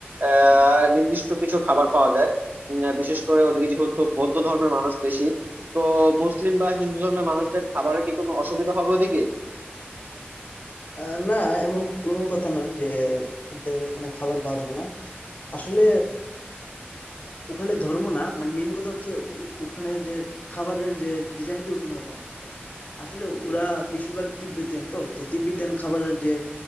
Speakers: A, on the right; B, on the left.
A: আহ নির্দিষ্ট কিছু খাবার পাওয়া যায় উম, আহ, বিশেষ করে ওদিকে যেহেতু বৌদ্ধ ধর্মের মানুষ বেশি তো মুসলিম বা হিন্দু ধর্মের মানুষদের খাবারের কি কোনো অসুবিধা হবে ওদিকে
B: আহ, না এমন কোনো কথা নয় যে ওদের এখানে খাবার পাওয়া যাবে না আসলে ওখানে ধর্ম না মানে মেইন কথা হচ্ছে ও- ওখানে যে খাবারের যে ডিজাইনটি অন্যরকম আসলে ওরা বেশিরভাগ তিব্বেতিয়ান তো তো তিব্বেতিয়ান খাবারের যে